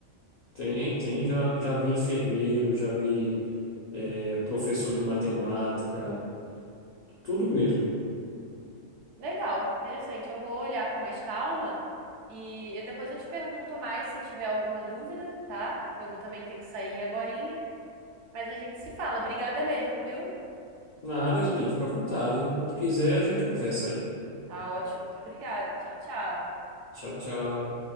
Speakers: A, on the left; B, on the right.
A: Tem, tem. Já,
B: Uhum.
A: já vi enfermeiro, já vi. é, professor de matemática, tudo mesmo.
B: Legal, interessante. Eu vou olhar com mais calma e, e depois eu te pergunto mais se eu tiver alguma dúvida, tá? Eu vou também ter que sair agorinha, mas a gente se fala. Obrigada mesmo, viu?
A: Na área, Yasmin, fica à vontade. Quando quiser, a gente conversa aí.
B: Tá ótimo, muito obrigada. Tchau, tchau.
A: Tchau, tchau.